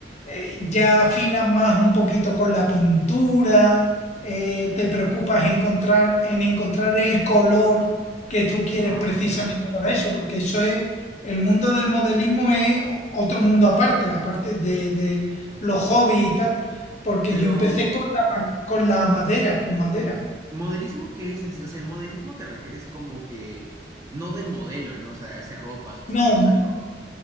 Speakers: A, on the left (about 40°); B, on the right (about 20°).
A: eh, ya afilas más un poquito con la pintura, eh, te preocupas encontrar, en encontrar el color que tú quieres
B: Ah,
A: precisamente
B: mira.
A: para eso, porque eso es, el mundo del modelismo es otro mundo aparte, aparte de, de los hobbies y tal, porque
B: Pero,
A: yo empecé con la ma- con la madera, con madera.
B: ¿modelismo qué es en sí? O sea, el modelismo te refieres como que no del modelo, ¿no? O sea, de hacer ropas o esas
A: No,
B: cosas,
A: mo-
B: Claro, ¿no? claro.